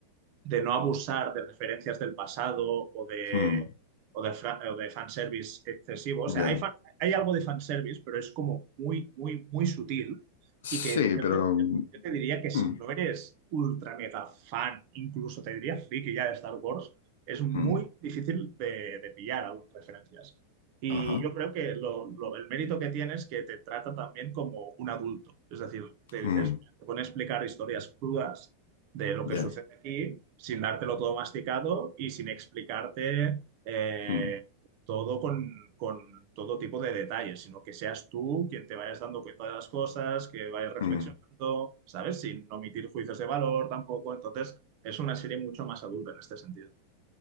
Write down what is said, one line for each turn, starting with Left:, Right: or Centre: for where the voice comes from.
Right: de no abusar de referencias del pasado o de,
Left: Hmm,
Right: o de, fra- o de fanservice excesivo. O sea,
Left: ya.
Right: hay, fan- hay algo de fanservice, pero es como muy, muy, muy sutil
Left: Sí,
Right: y que yo
Left: pero...
Right: te, yo te diría que si
Left: hmm,
Right: no eres ultra mega fan, incluso te diría friki ya de Star Wars, es muy
Left: hmm,
Right: difícil de, de pillar algunas referencias. Y
Left: ajá.
Right: yo creo que lo- lo- el mérito que tiene es que te trata también como un adulto. Es decir, te
Left: hmm,
Right: dices, te pone a explicar historias crudas de lo
Left: ya.
Right: que sucede aquí sin dártelo todo masticado y sin explicarte eh,
Left: hmm,
Right: todo con, con todo tipo de detalles, sino que seas tú quien te vayas dando cuenta de las cosas, que vayas reflexionando,
Left: hmm.
Right: ¿sabes? Sin omitir juicios de valor tampoco. Entonces, es una serie mucho más adulta en este sentido.